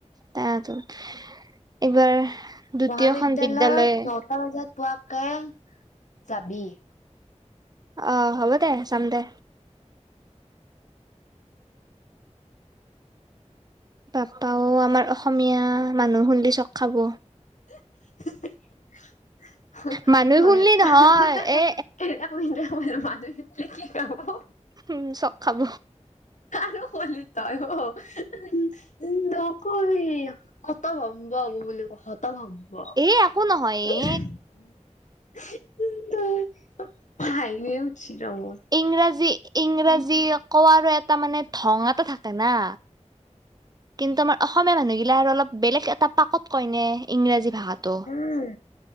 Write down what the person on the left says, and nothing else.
মহবিদ্যালয়ত
নটা বজাত পোৱাকে যাবি।
<unintelligible> <unintelligible>
<unintelligible>
আৰু কলি তই অ', উম, উম নকবি হতভম্ব <unintelligible> হতভম্ব।
<unintelligible>
মোৰ।
উম